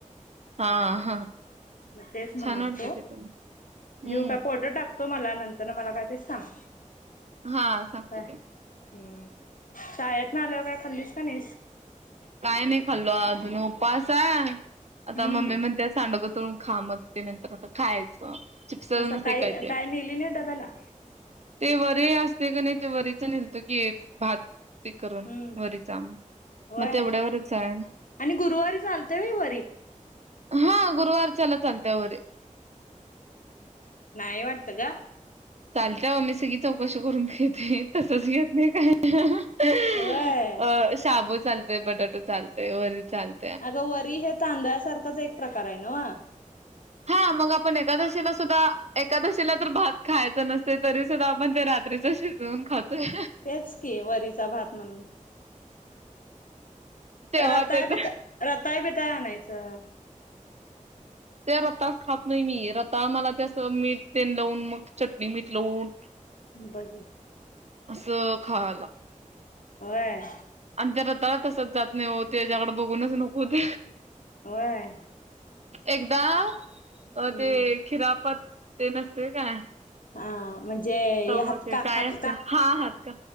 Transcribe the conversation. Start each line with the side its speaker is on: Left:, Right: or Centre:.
Right: हा हा.
Left: मग तेच म्हणालतो,
Right: छान वाटते ते पण हम्म
Left: घेऊ काय फोटो टाकतो मला नंतर न मला काय ते सांग.
Right: हा सांगतो
Left: हय,
Right: की
Left: हम्म, शाळेतनं आल्यावर काय खाल्लीस का नाहीस?
Right: काय नाही खाल्लो अजून, उपास हाय, आता
Left: हम्म
Right: मम्मी म्हणत्या सांडगं तळून खा, मग ते नाही तर आता खायचं चिप्स
Left: मग
Right: नसते
Left: सकाळी
Right: ते
Left: काय नेली नाहीस डब्याला?
Right: ते वरी असतय नै ते वरीचा नेलतो की, भात -ते करून
Left: हम्म
Right: वरीचा.
Left: होय,
Right: मग तेवढ्यावरच आहे
Left: आणि गुरुवारी चालतंय व्हय वरी?
Right: हा, गुरवार च्या हला चालत्या वरी.
Left: नाहीय वाडतं गं.
Right: चालत्या हो मी सगळे चौकशी करून घेते, तसच घेत नाही काही नाही.
Left: होय
Right: अ शाबू चालतय, बटाटू चालतय, वरी चालत
Left: अगं वरी हे तांदळासारखाच एक प्रकार हाय नवं.
Right: हा मग आपण एकादशीला सुद्धा, एकादशीला तर भात खायचं नसतय तरी सुद्धा आपण ते रात्री च शिजवून खातोय.
Left: तेच की वरीचा भात म्हणून.
Right: तेव्हा
Left: त रताळ
Right: ते ते
Left: बिताळ, रताळ बिताळ आणायचं.
Right: त्या रताळ खात नाही मी,, रताळ मला ते असं मीठ तेल लावून मग चटणी मीठ लावून <inaudible>
Left: बघे
Right: असं खायाला
Left: व्हय.
Right: आणि ते रताळ तसंच जात नाही हो त्याच्याकडं बघूनच नको होत
Left: होय?
Right: एकदा,
Left: हम्म
Right: अ ते खिरापत, ते नसतय काय
Left: हा. म्हणजे
Right: तवा
Left: हातका
Right: ते काय
Left: हातका
Right: असतय? हा हादका,,